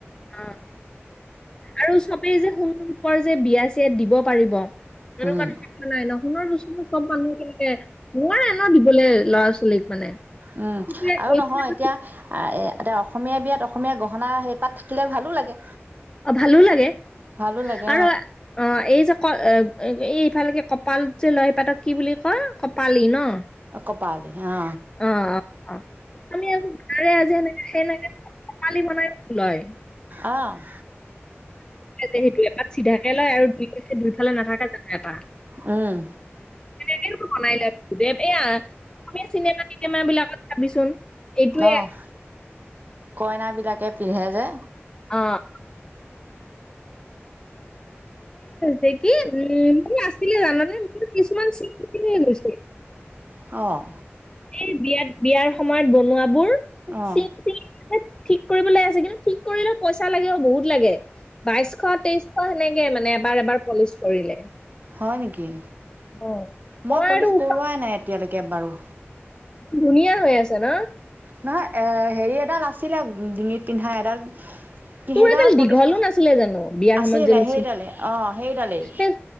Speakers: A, on the left (about 20°); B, on the right (about 45°).
A: অ আৰু চবেই যে সোণ ৰূপৰ যে বিয়া চিয়াত দিব পাৰিব। এনেকুৱা
B: উম।
A: নাই ন সোণৰ বস্তু চব মানুহে কেনেকে, নোৱাৰে ন দিবলৈ ল'ৰা-ছোৱালীক মানে।
B: উম,
A: তেতিয়া
B: আৰু
A: এইটো
B: নহয় এতিয়া এতিয়া অসমীয়া বিয়াত অসমীয়া গহনা সেইপাত থাকিলে ভালো লাগে।
A: অ', ভালো লাগে।
B: ভালো লাগে
A: আৰু অ', এই যে ক এই ইফালেকে কপাল যে লয় সেইপাতক কি বুলি কয়! কপালি ন।
B: কপালি, অ'।
A: অ', - অ', -অ', আমি আৰু বনালে আজি এনেকে সেনেকে কপালি বনাই লয়।
B: অঁহ'।
A: সেইটো এপাত চিধাকে লয় আৰু দুইছে দুইফালে নাথাকা জানো এপাক।
B: উম।
A: তেনেকেইটো বনাই লয় দেৱ এয়া, অসমীয়া চিনেমা- তিনেমা বিলাকত চাবিচোন। এইটোৱে
B: অ', কইনা বিলাকে পিন্ধে যে।
A: অ'। সেই কি উম মোৰ আছিলে জাননে মোৰ কিছুমান চিঙি পিনে গৈছে।
B: অঁ।
A: এই বিয়াত, বিয়াৰ সময়ত বনোৱাবোৰ
B: অ',
A: চিঙি-চিঙি ঠিক কৰিবলৈ আছে, কিন্তু ঠিক কৰিলে পইচা লাগে বহুত লাগে। বাইশ তেইশ সেনেকে মানে এবাৰ এবাৰ পলিচ কৰিলে।
B: হয় নেকি!
A: অ
B: মই পলিচ
A: আৰু উপায়
B: কৰোৱাই নাই এতিয়ালৈকে এবাৰো।
A: ধুনীয়া হৈ আছে ন।
B: নহয় এ হেৰি এডাল আছিলে ডিঙিত পিন্ধা এডাল। সেইডাল
A: তোৰ এডাল দীঘলো
B: পলিচ
A: নাছিলে জানো বিয়াৰ
B: আছিলে
A: সময়ত যে লৈছিলি।
B: সেইডালে অ', সেইডালেই